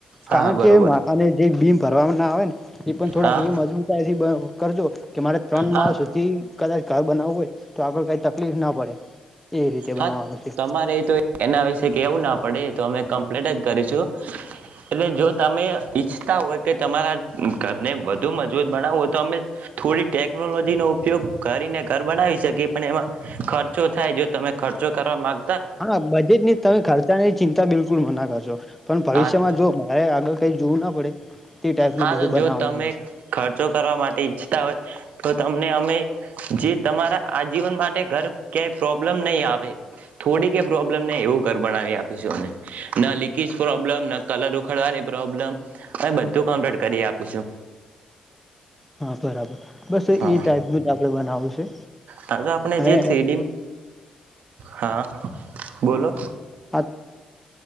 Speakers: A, on the right; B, in the centre.
A: હા
B: કારણ
A: હા બરોબર
B: કે અને જે બીમ ભરવાના આવે ને એ પણ થોડાક
A: હા
B: એવી મજબૂતાઇથી કરજો કે મારે ત્રણ
A: હા
B: માળ સુધી કદાચ ઘર બનાવવું હોય તો આગળ કઈ તકલીફ ના પડે એ રીતે બનાવવાનું
A: હા
B: છે
A: તમારે તો એના વિશે કેવું ના પડે એતો અમે કમ્પ્લેટ જ કરીશું એટલે જો તમે ઈચ્છતા હોય કે તમારા ઘરને વધુ મજબૂત બનાવો હોય તો અમે થોડી ટેકનોલોજીનો ઉપયોગ કરીને ઘર બનાવી શકીએ પણ એમાં ખર્ચો થાય જો તમે ખર્ચો કરવા માગ
B: હા બજેટ ની તમે ખર્ચાની ચિંતા બિલકુલના કરશો પણ ભવિષ્યમાં
A: હાથ
B: જો મારે આગળ કંઈ જોવું ના પડે તે ટાઈપનું
A: હા
B: બધું
A: તો
B: બનાવવાનું
A: જો તમે
B: હોય છે
A: ખર્ચો કરવા માટે ઈચ્છતા હોય તો તમને અમે જે તમારા આજીવન માટે ઘર ક્યાંય પ્રોબ્લેમ નહીં આવે થોડી કય પ્રોબ્લમ નહીં એવું ઘર બનાાવી આપીશું અમે ન લીકેજ પ્રોબ્લમ ન કલર ઉખડવાની પ્રોબ્લમ અ બધું કમપલેટ કરી આપીશું
B: હા બરાબર બસ એ
A: હા
B: ટાઈપનું જ આપડે બનાવું છે
A: હા તો આપણે
B: અને
A: જે થ્રીડી હા
B: <unintelligible>
A: બોલો
B: હા